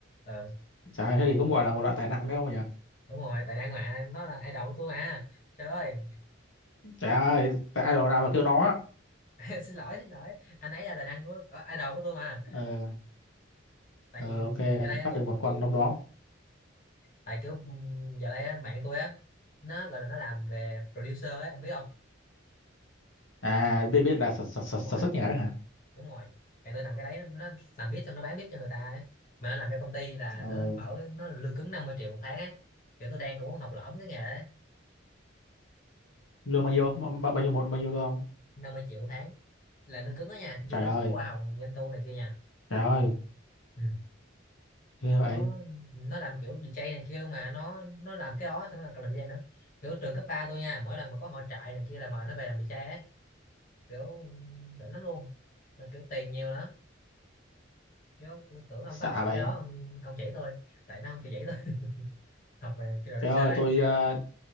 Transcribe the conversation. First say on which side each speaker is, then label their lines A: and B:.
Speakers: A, on the left (about 40°); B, on the left (about 75°).
A: Ờ,
B: trời,
A: cái
B: thế
A: chuyện
B: thì cũng
A: cũng
B: gọi là một loại tài năng đấy không nhỉ?
A: đúng rồi, tài năng mà em nói là idol của tôi mà. Trời ơi,
B: Trời ơi, tại idol nào mà kêu nó. á.
A: <laughs> xin lỗi xin lỗi, anh ấy là tài năng của ờ, idol của tôi mà.
B: Ờ,
A: Tại
B: ờ,
A: vì ừ,
B: ok,
A: giờ đây
B: bắt
A: tôi
B: được một con
A: tôi
B: đom đóm.
A: tại kiểu ừm, giờ đây á, bạn tôi á nó gọi là nó làm về producer ấy ông biết không
B: À, biết biết là sản sản- sản-
A: đúng
B: sản
A: rồi
B: xuất nhạc đấy hả?
A: đúng rồi bạn tôi làm cái đấy nó, nó làm beat xong nó bán beat cho người ta ấy. mà nó làm cho công ty là
B: Ờ,
A: nó bảo nó là lương cứng 50 triệu một tháng á kiểu tôi đang cũng muốn học lỏm cái nghề đấy
B: lương bao nhiêu? Bao bao nhiêu một bao nhiêu thôi không?
A: năm mươi triệu một tháng là lương cứng đó nha chưa
B: Trời
A: tính
B: ơi,
A: hoa hồng doanh thu này kia nha
B: trời ơi.
A: ừ.
B: ghê vậy
A: nó nó làm kiểu DJ này kia luôn mà nó nó làm cái đó xong nó còn làm DJ nữa kiểu trường cấp 3 tôi nha mỗi lần mà có hội trại này kia là mời nó về làm DJ ấy kiểu đỉnh lắm luôn mà kiểu tiền nhiều nữa kiểu tôi tưởng ông
B: xạ
A: có học về
B: vậy
A: cái đó ông, ông chỉ tôi tại nó không chịu dạy tôi <laughs> học về cái đồ
B: trời
A: sơ
B: ơi
A: ấy
B: tôi ờ,